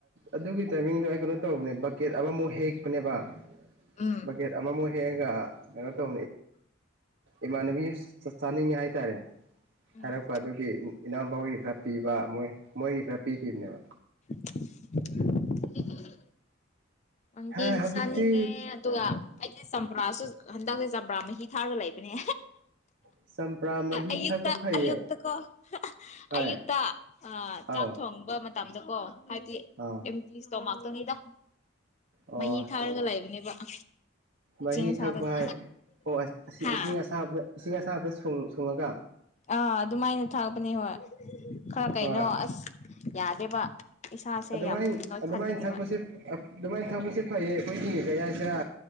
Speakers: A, on the right; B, on the left.
A: ꯑꯗꯨꯒꯤ ꯇꯥꯏꯃꯤꯡꯗꯣ ꯑꯩ ꯀꯩꯅꯣ ꯇꯧꯕꯅꯦ ꯕꯛꯀꯦꯠ ꯑꯃꯃꯨꯛ ꯍꯦꯛꯄꯅꯦꯕ
B: ꯎꯝ
A: ꯕꯛꯀꯦꯠ ꯑꯃꯃꯨꯛ ꯍꯦꯒ ꯑꯉ ꯇꯣ ꯏꯃꯥꯟꯅꯕꯤ ꯆꯥꯅꯤꯡꯉꯦ ꯍꯥꯏꯇꯥꯔꯦ
B: ꯎꯝ
A: ꯍꯥꯏꯔꯛꯄ ꯑꯗꯨꯒꯤ ꯏꯅꯥꯎꯄꯥꯣꯏꯒꯤ ꯈꯔ ꯄꯤꯕ ꯃꯣꯏ ꯃꯣꯏꯒꯤ ꯈꯔ ꯄꯤꯈꯤꯕꯅꯦꯕ
B: <inaudible> ꯪ
A: ꯍꯥ ꯍꯧꯖꯤꯛꯇꯤ
B: ꯀꯦꯅꯤꯡꯉꯦ ꯑꯗꯨꯒ ꯆꯝꯄ꯭ꯔꯥꯁꯨ ꯍꯟꯗꯛꯇꯁꯦ ꯆꯝꯄ꯭ꯔꯥ ꯃꯍꯤ ꯊꯥꯔꯒ ꯂꯩꯕꯅꯦ
A: ꯆꯝꯄ꯭ꯔꯥ ꯃꯍꯤ
B: ꯑꯌꯨꯛꯇ
A: ꯊꯛꯄ ꯐꯩꯌꯦ
B: ꯑꯌꯨꯛꯇ ꯀꯣ
A: ꯍꯣꯏ
B: ꯑꯌꯨꯛꯇ
A: ꯑꯧ
B: ꯆꯥꯛ ꯊꯣꯡꯕ ꯇꯝꯗꯨꯀꯣ ꯍꯥꯏꯗꯤ
A: ꯑꯥ
B: ꯑꯇ ꯇꯣꯃ ꯅꯤꯗ
A: ꯑꯣ
B: ꯃꯍꯤ ꯊꯥꯔꯒ ꯂꯩꯕꯅꯦꯕ <inaudible>
A: ꯃꯍꯤ
B: ꯑꯁꯥꯕꯗꯤ
A: ꯊꯛꯄ ꯍꯥꯏ ꯑꯣ
B: ꯍꯥ
A: ꯏꯁꯤꯡ ꯑꯁꯥꯕꯗ ꯏꯁꯤꯡ ꯑꯁꯥꯕꯗ ꯁ ꯊꯨꯡꯉꯒ
B: ꯑꯥ ꯑꯗꯨꯃꯥꯏꯅ ꯊꯥꯛꯄꯅꯦ ꯍꯣꯏ ꯈꯔ ꯀꯩꯅꯣ
A: ꯍꯣꯏ
B: ꯑꯁ ꯌꯥꯗꯦꯕ ꯏꯁꯥꯁꯦ
A: ꯑꯗꯨꯃꯥꯏꯅ
B: ꯌꯥꯝ ꯅꯣꯏꯈꯠꯀꯅꯤꯕ
A: ꯑꯗꯨꯃꯥꯏꯅ ꯊꯛꯄꯁꯦ ꯑꯗꯨꯃꯥꯏꯅ ꯊꯛꯄꯁꯦ ꯐꯩꯌꯦ ꯑꯩꯈꯣꯏꯒꯤ ꯀꯩ ꯍꯥꯏꯁꯤꯔ